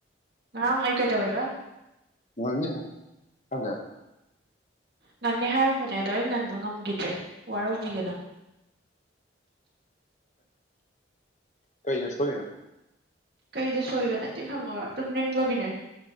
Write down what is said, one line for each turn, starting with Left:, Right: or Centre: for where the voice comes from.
Right: ꯉꯔꯥꯡ ꯑꯩ ꯀꯩꯗꯧꯋꯦꯕ
Left: <unintelligible>
Right: ꯉꯟꯅꯦ ꯍꯥꯏꯔꯝꯕꯅꯦ ꯑꯗꯣ ꯑꯩ ꯉꯟꯕ ꯉꯝꯒꯤꯗ꯭ꯔꯦ ꯋꯥꯔꯧꯕꯤꯒꯅꯣ
Left: ꯀꯩꯗ ꯁꯣꯏꯔꯤꯅꯣ
Right: ꯀꯩꯗ ꯁꯣꯏꯕ ꯅꯠꯇꯦ ꯈꯪꯉꯕ ꯇꯨꯝꯅꯤꯡꯕꯒꯤꯅꯦ